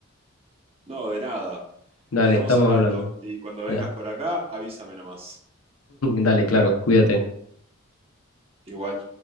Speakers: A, on the right (about 30°); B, on the left (about 75°).
A: No, de nada.
B: Dale,
A: Nos estamos
B: estamos
A: hablando.
B: hablando.
A: Y cuando vengas
B: <laughs>
A: por acá, avísame nomás.
B: Dale, claro, cuídate.
A: Igual.